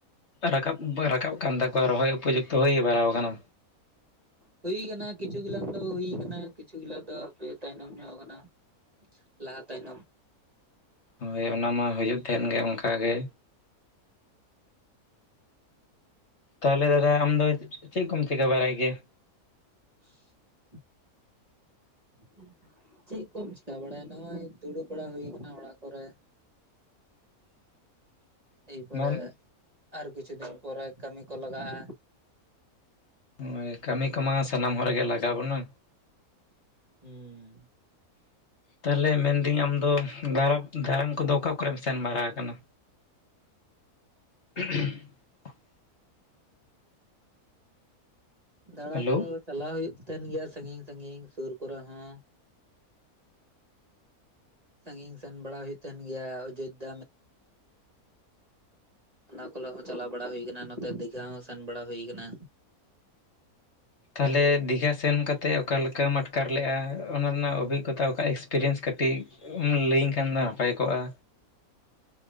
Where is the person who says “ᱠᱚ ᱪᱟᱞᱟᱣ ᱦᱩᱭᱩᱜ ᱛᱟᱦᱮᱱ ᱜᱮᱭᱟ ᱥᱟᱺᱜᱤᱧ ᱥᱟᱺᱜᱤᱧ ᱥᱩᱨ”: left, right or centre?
Right